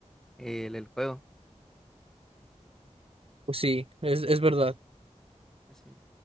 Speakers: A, in the centre; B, on the right.
A: el, el juego.
B: Pues sí, es, es verdad.
A: Pues sí.